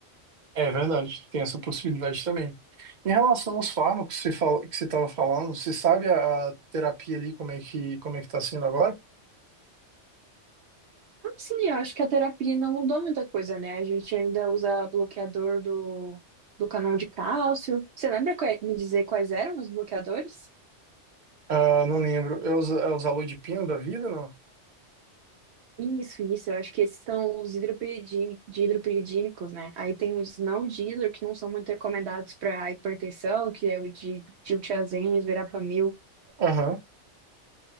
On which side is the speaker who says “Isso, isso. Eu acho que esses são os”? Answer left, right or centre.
Right